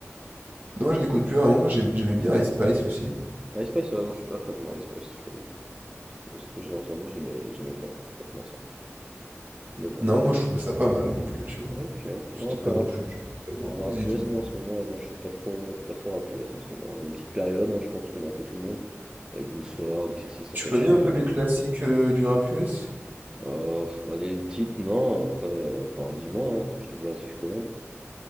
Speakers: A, on the right (about 40°); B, on the right (about 15°).
A: Non, je n'écoute plus vraiment. Moi, j'aim- j'aimais bien Ice Spice aussi.
B: Ah, Ice Spice, euh, non, je suis pas fan, de moi, Ice Spice, je t'avoue. De ce que j'ai entendu, j'aimais, j'aimais pas, je vais pas te mentir. Mais bon,
A: Non,
B: ça
A: moi,
B: reste.
A: je trouvais ça pas mal non plus, tu vois.
B: Ok.
A: C'était
B: Non, après,
A: pas
B: rap,
A: non plus du- de la grande
B: rap
A: musique,
B: US,
A: mais...
B: non, en ce moment, ouais, non, je suis pas trop, je suis pas trop rap US en ce moment. J'ai une petite période, hein, je pense comme un peu tout le monde. Avec Blue Sword, XXXTentacion.
A: Tu connais un peu les classiques euh, du rap US?
B: Oh, pff, bah, les titres, non, après, euh, par, dis-moi, hein, je te dirai si je connais.